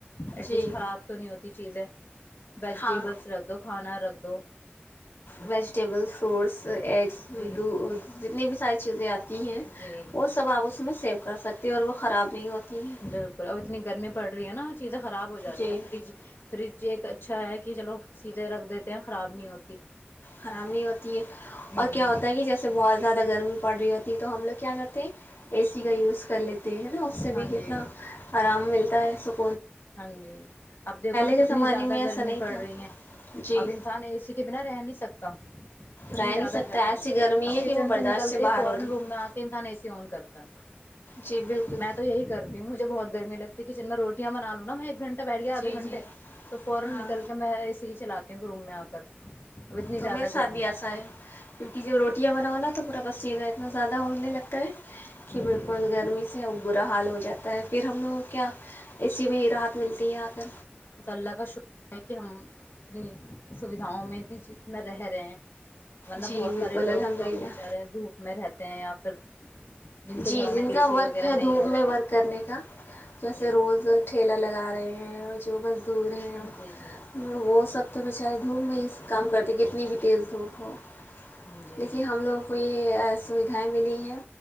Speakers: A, on the left; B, on the left.
A: ایٹ
B: جی
A: لیسٹ خراب تو نہیں ہوتی چیزیں ویجٹیبلس
B: ہاں
A: رکھ دو کھانا رکھ دو دو
B: ویجیٹیبل فروٹس ایگس
A: جی
B: جتنی بھی ساری چیزیں آتی ہیں
A: جی
B: وہ سب آپ اس میں سیو کر سکتے ہیں اور وہ خراب نہیں ہوتی ہیں
A: بالکل اب اتنی گرمی پڑ رہی ہے نا چیزیں خراب ہو جاتی
B: جی
A: ہیں فریج فریج ایک اچھا ہے کہ کہ چلو چیزیں رکھ دیتے ہیں خراب نہیں ہوتی
B: خراب نہیں ہوتی ہے اور
A: جی
B: کیا ہوتا ہے کہ جیسے بہت زیادہ گرمی پڑ رہی ہوتی تو ہم لوگ کیا کرتے ہیں اے سی کا یوز کر لیتے ہیں نا اس سے بھی
A: ہاں
B: کتنا
A: جی
B: آرام ملتا ہے س
A: ہاں جی اب دیکھو نا
B: کے
A: کتنی
B: زمانے
A: زیادہ
B: میں ایسا
A: گرمی
B: نہیں
A: پڑ
B: تھا
A: رہی ہے
B: جی
A: اب انسان اے سی کے بنا رہ نہیں سکتے کتا اتنی
B: رہ
A: زیادہ
B: نہیں سکتا
A: گرمی
B: ایسی
A: ہے
B: گرمی
A: اب کچن
B: کہ وہ برداشت
A: سے نکلتے
B: باہر
A: فورن
B: ہو رہی
A: روم
B: ہے
A: میں آ کے انسان ایسے س اون کرتا
B: جی بالکل
A: میں تو یہی کرتی ہوں مجھے بہت گرمی لگتی کچن میں روٹیاںناالوں نم انڈا بیریا ادھے
B: جی
A: گھنٹے
B: جی
A: تو فورا
B: ہاں
A: نکل کے میں اسے ہی چلاتی کیونکہ روم میں آ کر اب اتنی
B: تو
A: زیادہ
B: میرے ساتھ
A: گرمی
B: بھی ایسا ہے کیونکہ جب روٹیاں بناؤ نا تو پورا پسینہ ہے اتنا زیادہ ہونے لگتا ہے کہ بالکل
A: جی
B: گرمی سے ا برا حال ہو ج جاتا ہے پھر ہم لوگوں کیا اے سی میں ہی راحت ملتی ہے آ کر
A: بس اللہ کا شکر ہے کہ ہم اتنی سویدھاؤں میں اتنی چیز میں رہ رہے ہیں ورنہ
B: جی
A: بہت
B: بالکل
A: سارے لوگ
B: الحمد
A: تو
B: للہ
A: بچارے دھوپ میں رہتے ہیں یا پھر کے
B: جی
A: گھروں
B: جن
A: میں اے
B: کا
A: سی
B: ورک
A: وغیرہ
B: ہے
A: نہیں
B: دھوپ
A: ہوتا
B: میں ورک کرنے کا جیسے
A: جی
B: روز ٹھیلہ لگا رہے ہیں ٹیوبل دور ہیں
A: جی جی
B: وہ سب تو ب شا دھووم میں ہی کام کرتے کتنی بھی تیز دھوپ ہو
A: جی
B: دیکھیے ہم لوگوں کو یہ سویدھائیں ملی ہیں